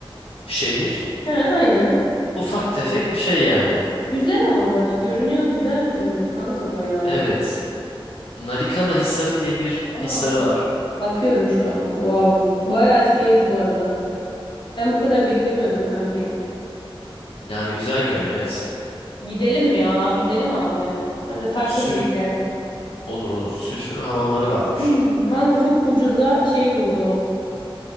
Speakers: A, on the left; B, on the left.
A: şehir.
B: He, aynen.
A: Ufak tefek bir şey yani.
B: Güzel ama bu arada görünüyor, güzel görünüyor kanka bayağı.
A: Evet. Narikala Hisarı diye bir
B: Ana.
A: hisarı var.
B: Bakıyorum şu an. Wow. Bayağı etkileyici bu arada. Ben bu kadar beklemiyordum kanki.
A: Yani güzel görünüyor evet.
B: Gidelim ya. Gidelim abi. Hem de farklı
A: Sül
B: bir ülke.
A: olur olur. Sülfür hamamları varmış.
B: Ay, kanka çok ucuza şey buldum.